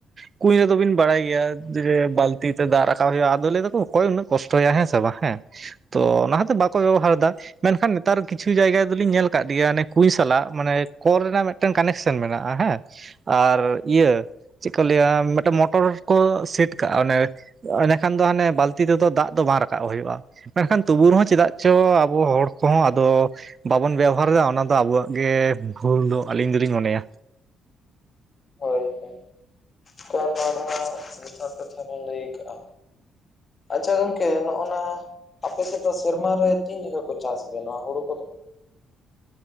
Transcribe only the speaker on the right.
ᱠᱩᱧ ᱨᱮᱫᱚ ᱵᱤᱱ ᱵᱟᱲᱟᱭ ᱜᱮᱭᱟ ᱡᱮ ᱵᱟᱞᱛᱤ ᱛᱮ ᱫᱟᱜ ᱨᱟᱠᱟᱵ ᱦᱩᱭᱩᱜᱼᱟ ᱟᱫᱚ ᱞᱟᱹᱭ ᱮᱫᱟᱠᱚ ᱚᱠᱚᱭ ᱩᱱᱟᱹᱜ ᱠᱚᱥᱴᱚᱭᱟ ᱦᱮᱸ ᱥᱮ ᱵᱟᱝ ᱦᱮᱸ ᱛᱚ ᱚᱱᱟ ᱦᱚᱛᱮᱡ ᱵᱟᱠᱚ
ᱵᱮᱵᱚᱦᱟᱨ ᱮᱫᱟ᱾ ᱢᱮᱱᱠᱷᱟᱱ ᱱᱮᱛᱟᱨ ᱠᱤᱪᱷᱩ ᱡᱟᱭᱜᱟ ᱫᱚᱞᱤᱧ ᱧᱮᱞ ᱟᱠᱟᱫ ᱜᱮᱭᱟ ᱮᱱᱮ ᱠᱩᱭ ᱥᱟᱞᱟᱜ ᱢᱟᱱᱮ ᱠᱚᱞ ᱨᱮᱱᱟᱜ ᱢᱤᱫ ᱢᱤᱫᱴᱟᱝ ᱠᱟᱱᱮᱠᱥᱮᱱ ᱢᱮᱱᱟᱜᱼᱟ ᱦᱮᱸ ᱟᱨ ᱤᱭᱟᱹ ᱪᱮᱫ ᱠᱚ ᱞᱟᱹᱭᱟ ᱢᱤᱫᱴᱮᱱ ᱢᱚᱴᱚᱨ ᱠᱚ ᱥᱮᱴ ᱠᱟᱜᱼᱟ ᱚᱱᱮ ᱮᱸᱱᱮᱠᱷᱟᱱ ᱫᱚ ᱦᱟᱱᱮ ᱵᱟᱹᱞᱛᱤ ᱛᱮᱫᱚ ᱫᱟᱜ ᱫᱚ ᱵᱟᱝ ᱨᱟᱠᱟᱵ ᱦᱩᱭᱩᱜᱼᱟ ᱢᱮᱱᱠᱷᱟᱱ ᱛᱩᱵᱩ ᱨᱮᱦᱚᱸ ᱪᱮᱫᱟᱜ ᱪᱚ ᱟᱵᱚ ᱦᱚᱲ ᱠᱚᱦᱚᱸ ᱟᱫᱚ ᱵᱟᱵᱚᱱ ᱵᱮᱣᱦᱟᱨᱮᱫᱟ ᱚᱱᱟ ᱫᱚ ᱟᱵᱚᱣᱟᱜ ᱜᱮ ᱵᱷᱩᱞ ᱫᱚ ᱟᱹᱞᱤᱧ ᱫᱚᱞᱤᱧ ᱢᱚᱱᱮᱭᱟ